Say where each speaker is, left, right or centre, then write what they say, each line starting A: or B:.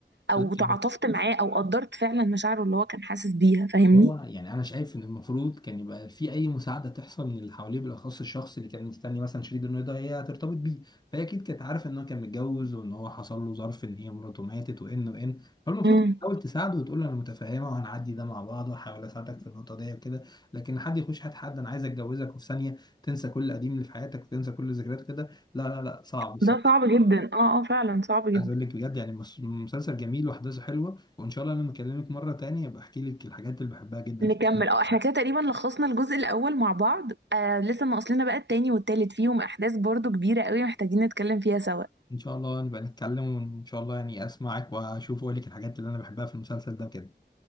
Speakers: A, on the right; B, on the left.
A: او
B: انت
A: تعاطفت معاه او قدرت فعلا مشاعره اللي هو كان حاسس بيها فاهمني
B: هو يعني انا شايف ان المفروض كان يبقى في اي مساعده تحصل من اللي حواليه بالاخص الشخص اللي كان مستني مثلا شريك انه ده هي هترتبط بيه فهي اكيد كانت عارفه ان هو كان متجوز وان هو حصل له ظرف ان هي مراته ماتت وان وان فالمفروض
A: امم
B: كانت تحاول تساعده وتقول له انا متفهمه وهنعدي ده مع بعض وهحاول اساعدك في النقطه دي وكده لكن حد يخش حد حد انا عايز اتجوزك وفي ثانيه تنسى كل قديم اللي في حياتك وتنسى كل ذكريات كده لا لا لا صعب
A: ده صعب جدا اه اه فعلا صعب جدا
B: عايز اقول لك بجد يعني مس- مسلسل جميل واحداثه حلوه وان شاء الله لما اكلمك مره تانية ابقى احكي لك الحاجات اللي بحبها جدا
A: نكمل
B: في المسلسل.
A: اه احنا كده تقريبا لخصنا الجزء الاول مع بعض آه لسه ناقص لنا بقى التاني والتالت فيهم احداث برضو كبيرة قوي محتاجين نتكلم فيها سوا
B: ان شاء الله نبقى نتكلم وان شاء الله يعني اسمعك واشوف واقول لك الحاجات اللي انا بحبها في المسلسل ده كده